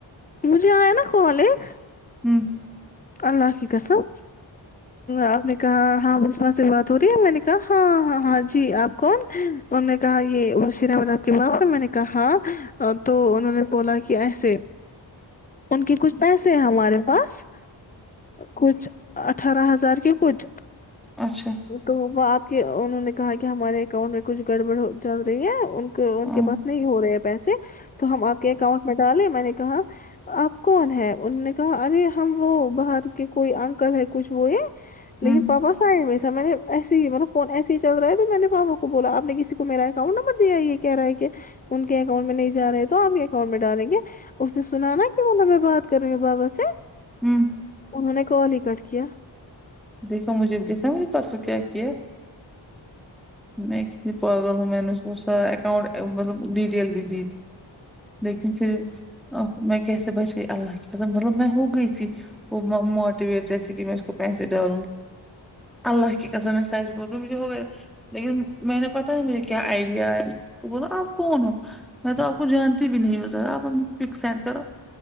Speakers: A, on the left; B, in the centre.
A: مجھے آیا نا کال ایک
B: ہوں
A: اللہ کی قسم آپ نے کہا ہاں بسما سے بات ہو رہی ہے میں نے کہا ہاں ہاں ہاں جی آپ کون انہوں نے کہا یہ مشیر احمد اپ کے باپ ہیں میں نے کہا ہاں تو انہوں نے بولا کہ ایسے ان کے کچھ پیسے ہیں ہمارے پاس کچھ اٹھارہ ہزار کے کچھ
B: اچھا
A: تو وہ آپ کے انہوں نے کہا کہ ہمارے اکاؤنٹ میں کچھ گڑبڑ ہو چل رہی ہے کے ان
B: ہوں
A: کے پاس نہیں ہو رہے ہیں پیسے تو ہم آپ کے اکاؤنٹ میں ڈالے میں نے کہا آپ کون ہے انوں نے کہا ارے ہم وہ باہر کے کوئی انکل ہے کچھ وہ یہ
B: ہوں
A: لیکن پاپا سائڈ میں میں نے ایسے ہی مطلب فون ایسے ہی چل رہا ہے تو میں نے پاپا کو بولا آپ نے کسی کو میرا اکاؤنٹ نمبر دیا یہ کہہ رہا ہے کہ ان کے اکانٹ میں نہیں جا رہے تو اپ کے اکاؤٹ میں ڈالیں گے اس نے سنا نا کی با میں بات کر رہی ہوں بابا سے
B: ہوں
A: انہوں نے کال ہی کٹ کیا
B: دیکھنا مجھے بھی دیکھنا مجھے پرسوں کیا کیا میں کتنی پاگل ہوں میں نے اس کو سارا اکاؤنٹ مطلب ڈیٹیل بھی دی تھی لیکن پھر ا میں کیسے بچ گئی اللہ کی قسم مطلب میں ہو گئی تھی وہ مو موٹیویٹ جیسے کہ میں اس کو پیسے ڈالوں اللہ کی قسم میں سچھ بول رہی ہوں مجھے ہو گئے لیکن میں نے پتا ہے میرے کیا ایڈیا آیا اسکو بولا آپ کون ہو میں تو اپ کو جانتی بھی نہیں ہوں سر آپ اپنی پک سینڈ کرو